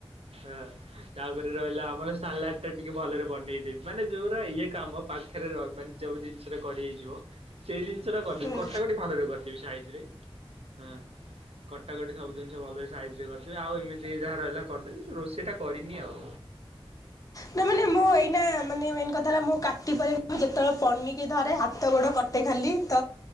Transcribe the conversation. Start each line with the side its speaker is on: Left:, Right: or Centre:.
Right: ହଁ। ତାପରେ ରହିଲା ଆମର ସାଲାଡ ଟା ଟିକେ ଭଲରେ ବନେଇଦେବି ମାନେ ଯୋଉଟା ଇଏ କାମ ପାଖରେ ରହ ମାନେ ଜୋଉ ଜିନିଷଟା କରି ହେଇଯିବ ସେଇ ଜିନିଷ ଟା କରିଦେବି
Left: ହୁଁ
Right: କଟା କଟି ଭଲରେ କରିଦେବି ସାଇଜି ରେ। ହୁଁ। କଟାକଟି ସବୁ ଜିନିଷ ଭଲ ସାଇଜି ରେ କରିଦେବି ଆଉ ଏମିତି ଯାହା ରହିଲା କରିଦେବି ରୋଷେଇଟା କରିନି ଆଉ।
Left: ସେ ମାନେ ମୁଁ ହୋ ଏଇନା ମାନେ ମେନ୍ କଥା ହେଲା ମୁଁ କାଟି ପାରିବି ନାହିଁ ଯେତେବେଳେ ପନିକି ଧରେ ହାତ ଗୋଡ଼ କଟେ ଖାଲି ତ